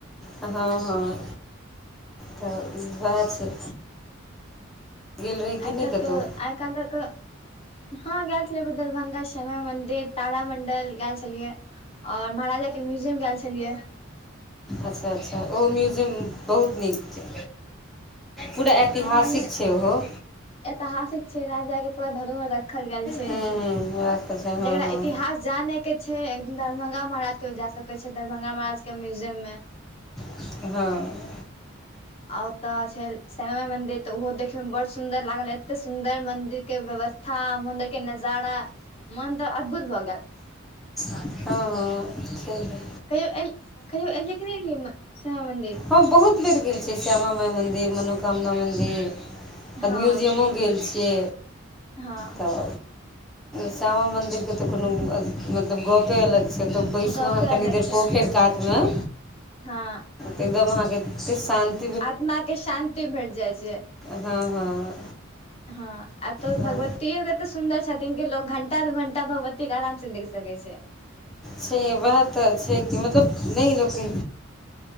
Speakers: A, in the centre; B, on the left (about 30°).
A: हँ हँ तऽ उएह छै गेल रही कि
B: आइकाल्के
A: नहि कतहु
B: आइकाल द क हँ गेल छलियै दरभंगा श्यामा मंदिर तारामण्डल गेल छलियै और महाराजा के म्यूजियम गेल छलियै
A: अच्छा अच्छा ओहो म्युजियम बहुत नीक पूरा ऐतिहासिक
B: हँ ओहिमे
A: छै ओहो
B: ऐतिहासिक छै राज जा के पूरा धरोहर रखल गेल छै
A: हूँ हूँ राखल छै हँ
B: जकरा
A: हँ
B: इतिहास जाने के छै एकदिन दरभंगा महाराज के जा सके छै दरभंगा महाराज के म्यूजियम में
A: हँ
B: औओत छै श्यामा माई मंदिर तऽ ओहो देखे में बड़ सुंदर लागल एते सुंदर मंदिर के व्यवस्था था मंदिर के नजाड़ मन्द अद्भुत हो गेलल
A: हँ हँ छै है
B: कहियो एल कहियो एलियै कि नहि एलियै श्यामा मन्दिर
A: हम बहुत बेर गेल छीयै श्यामा माइ मन्दिर मनोकामना मन्दिर तऽ
B: हँ
A: म्युजियमो गेल छियै
B: हँ
A: तऽ श्यामा मन्दिरके तऽ कोनो मतलब गपे अलग छै तऽ बैसू
B: गपे
A: अहाँ
B: अलग
A: कनि देर
B: छै
A: पोखरि
B: एनका
A: कातमे
B: हँ
A: एकदम अहाँके एते शान्त
B: आत्मा के शान्ति भेट जाइ छै
A: हँ हँ
B: हँ आब तो
A: हँ
B: भगवतियो केते सुन्दर छथिन क लोग घंटा टा दू घंटा भगवती के आराम से देख सक छै
A: छै उएह तऽ छै कि मतलब नहि लोके